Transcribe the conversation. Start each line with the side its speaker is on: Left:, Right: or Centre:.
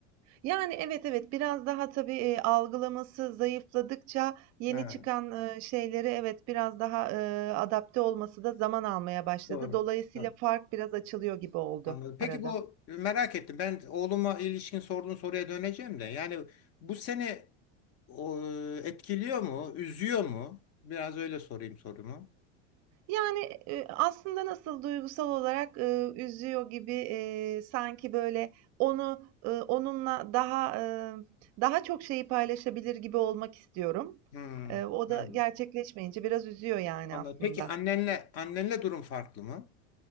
Right: Yani, evet, evet, biraz daha tabii, eee, algılaması zayıfladıkça yeni
Left: Ha.
Right: çıkan, ııı, şeylere evet, biraz daha, eee, adapte olması da zaman almaya başladı.
Left: Doğru.
Right: Dolayısıyla
Left: Doğru.
Right: fark biraz açılıyor gibi oldu
Left: Anladım. Peki
Right: arada.
Left: bu merak ettim. Ben oğluma ilişkin sorduğun soruya döneceğim de. Yani bu seni o, etkiliyor mu? Üzüyor mu? Biraz öyle sorayım sorumu.
Right: Yani, eee, aslında nasıl duygusal olarak, ııı, üzüyor gibi, eee, sanki böyle onu, ııı, onunla daha, ımm, daha çok şeyi paylaşabilir gibi olmak istiyorum.
Left: Hmm.
Right: Eee, o
Left: Yani.
Right: da gerçekleşmeyince biraz üzüyor yani
Left: Anladım.
Right: aslında.
Left: Peki annenle annenle durum farklı mı?